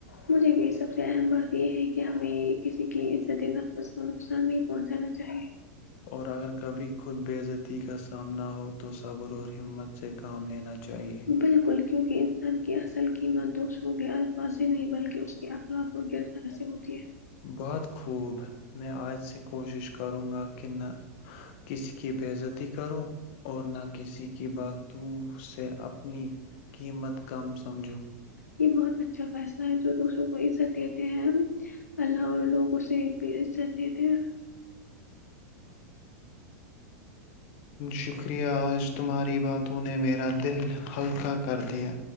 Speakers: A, on the left (about 80°); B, on the left (about 50°).
A: مجھے بھی سب سے اہم بات یہ ہے کہ ہمیں کسی کی عزتی نفس کو نقصان نہیں پہنچانا چاہیے
B: اور اگر کبھی خود بے عزتی کا سامنا ہو تو صبر اور ہمت سے کام لینا چاہیئے
A: بالکل کیونکہ انسان کی اصل قیمت دوسروں کے الفاظ ہی نہیں بلکہ اس کے اخلاق اور گردار سے ہوتی ہے
B: بہت خوب میں آج سے کوشش کروں گا کہ نہ کسی کی بےزتی کرو اور نہ کسی کے یہ بات تو مجھ سے اپنی کم سمجھو بابا
A: یہ بہت اچھا فیصلہ ہے جو دوسروں کو عزت دیتے ہیں اللہ اور لوگ اسے بھی عزت دیتے ہیں
B: شکریہ آج تمہاری باتوں نے میرا دل ہلکا کر دیا